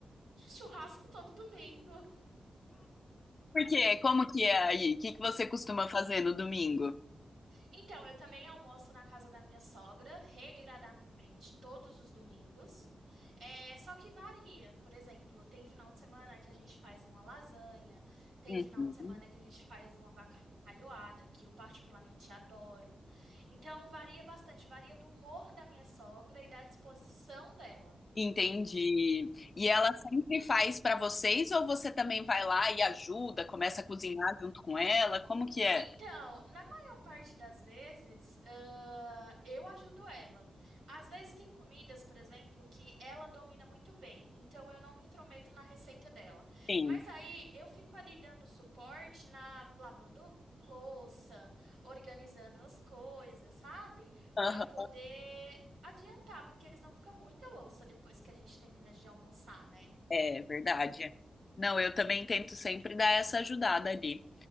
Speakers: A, on the right (about 80°); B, on the left (about 50°).
A: churrasco todo domingo.
B: Por Como que é aí? O que que você costuma fazer no domingo?
A: Então, eu também almoço na casa da minha sogra, regradamente, todos os domingos. É, só que varia. Por exemplo, tem final de semana que a gente faz uma lasanha, tem
B: Uhum.
A: final de semana que a gente faz uma bacalhoada, que eu particularmente adoro. Então, varia bastante, varia do humor da minha sogra e da disposição dela.
B: Entendi. E ela sempre faz pra vocês ou você também vai lá e ajuda, começa a cozinhar junto com ela? Como que é?
A: Então, na maior parte das vezes, ah, eu ajudo ela. Às vezes tem comidas, por exemplo, que ela domina muito bem, então eu não me intrometo na receita dela.
B: Sim.
A: Mas aí eu fico ali dando suporte na lavando louça, organizando as coisas, sabe?
B: Aham,
A: Para poder adiantar, porque senão fica muita louça depois que a gente termina de almoçar, né?
B: É verdade. Não, eu também tento sempre dar essa ajudada ali.